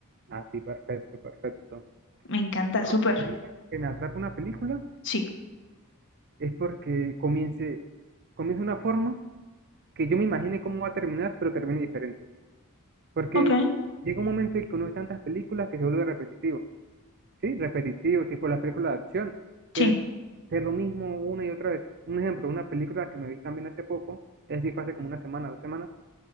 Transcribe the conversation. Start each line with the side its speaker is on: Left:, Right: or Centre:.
Right: Así, perfecto, perfecto.
Left: Me encanta,
Right: No,
Left: súper.
Right: a mí para que me atrape una película
Left: Sí.
Right: es porque comience, comience de una forma que yo me imagine cómo va a terminar, pero termine diferente. Porque
Left: Ok.
Right: llega un momento en que uno ve tantas películas que se vuelve repetitivo. sí, repetitivo, tipo las películas de acción, suelen
Left: Sí.
Right: ser lo mismo una y otra vez. Un ejemplo, una película que me vi también hace poco, es decir, fue hace como una semana, dos semanas,